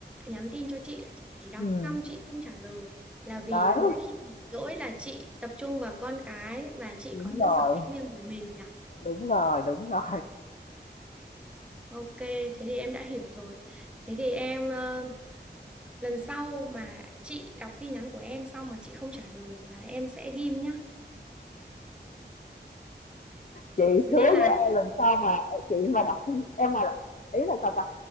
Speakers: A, in the centre; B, on the left (about 45°).
A: nhắn tin cho chị là chị chỉ đọc
B: ừ,
A: xong chị không trả lời là vì
B: đấy
A: mỗi khi rảnh rỗi là chị tập trung vào con cái và chị
B: đúng
A: có những
B: rồi
A: sở thích riêng của mình nhỉ.
B: đúng rồi đúng rồi
A: Ok, thế thì em đã hiểu rồi. Thế thì em ờ, lần sau mà chị đọc tin nhắn của em xong mà chị không trả lời là em sẽ ghim nhá.
B: chị
A: Thế
B: hứa
A: Nên là
B: với em lần sau mà chị mà đọc tin- em mà là- ý là sao ta